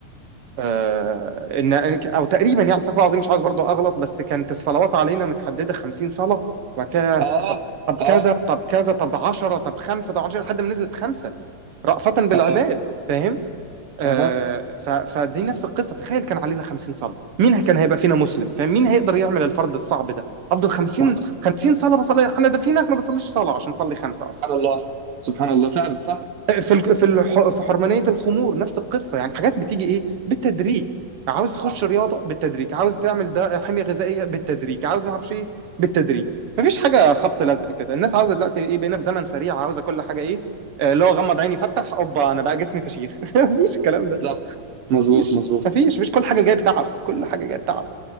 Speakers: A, on the right; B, on the right.
A: آه، ان او تقريبا يعني استغفر الله العظيم مش عايز برضو اغلط بس كانت الصلوات علينا متحدده 50 صلاه وبعد كده
B: اه
A: طب طب كذا
B: اه
A: طب كذا طب 10 طب 5 طب 10 لحد ما نزلت خمسه رأفة بالعباد
B: اه
A: فاهم آه
B: اها
A: ف- فدي نفس القصه تخيل كان علينا 50 صلاه مين كان هيبقى فينا مسلم فاهم مين هيقدر يعمل الفرض الصعب ده افضل 50
B: صح
A: 50 صلاه بصلي احنا ده في ناس ما بتصليش صلاه عشان تصلي خمسه اصلا
B: سبحان الله سبحان الله فعلا صح
A: في الك- في الح- في حرمانيه الخمور نفس القصه يعني حاجات بتيجي ايه بالتدريج عاوز تخش
B: صح
A: رياضه بالتدريج عاوز تعمل ده حميه غذائيه بالتدريج عاوز ما اعرفش ايه بالتدريج مفيش حاجه خبط لزق كده الناس عاوزه دلوقتي ايه بقينا في زمن سريع عاوزه كل حاجه ايه آه، اللي هو غمض عيني فتح اوبا انا بقى جسمي فشيخ <laughs> مفيش الكلام ده
B: بالظبط مظبوط
A: مفيش
B: مظبوط
A: مفيش مفيش كل حاجه جايه بتعب كل حاجه جايه بتعب